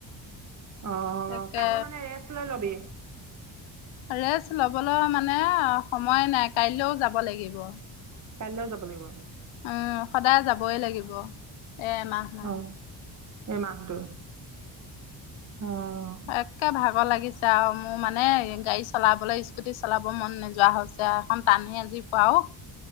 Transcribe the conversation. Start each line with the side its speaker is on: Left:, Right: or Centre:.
Right: অঁ
Left: তাকে
Right: কাইলে মানে ৰেষ্ট লৈ লবি।
Left: ৰেষ্ট ল'বলৈ মানে সময়ে নাই কাইল্লেও যাব লাগিব।
Right: কাইল্লেও যাব লাগিব?
Left: উম সদায় যাবই লাগিব, এ এমাহ। মান।
Right: অহ, এই মাহটো? অঁ।
Left: এককে ভাগৰ লাগিছে আও মো মানে গাড়ী চলাবলৈ স্কুটি চলাব মন নোযোৱা হৈছে। গা এখন টানি আজুই ফোৱা ও।